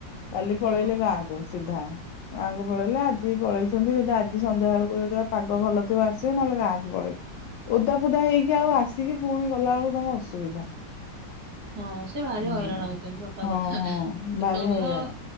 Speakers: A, on the left (about 75°); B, on the right (about 60°).
A: କାଲି
B: ହଁ
A: ପଳେଇଲେ ଗାଁ କୁ ସିଧା। ଗାଁ କୁ ପଳେଇଲେ ଆଜି ଜି ପଳେଇଛନ୍ତି, ଯଦି ଆଜି ସନ୍ଧ୍ୟା ବେଳକୁ ଯଦିଆ ପାଗ ଭଲ ଆସିବେ ନହେଲେ ଗାଁକୁ ପଳେଇବେ। ଓଦା ଫୋଦା ହେଇକି ଆଉ ଆସିକି ପୁଣି ଗଲା ବେଳକୁ ତାଙ୍କୁ ଅସୁବିଧା।
B: ହଁ, ସେ ଭାରି
A: ହୁଁ
B: ହଇରାଣ ହଉଛନ୍ତି ସତ
A: ହଁ
B: କଥା।
A: ହଁ ଭାରି
B: ତମ
A: ହଇରାଣ